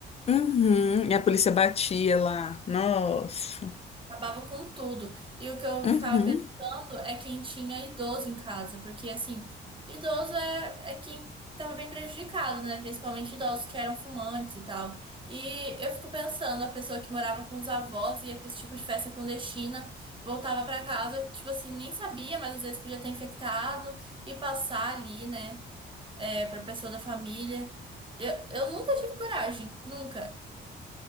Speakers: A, on the left; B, on the right.
A: Uhum, e a polícia batia lá. Nossa.
B: Acabava com tudo. E o que eu
A: Uhum.
B: ficava pensando é quem tinha idoso em casa, porque assim, idoso é, é quem tava bem prejudicado, né? Principalmente idosos que eram fumantes e tal. E eu fico pensando, a pessoa que morava com os avós, ia pra esse tipo de festa clandestina, voltava pra casa, tipo assim, nem sabia, mas às vezes podia ter infectado e passar ali, né? É, pra pessoa da família. Eu, eu nunca tive coragem, nunca.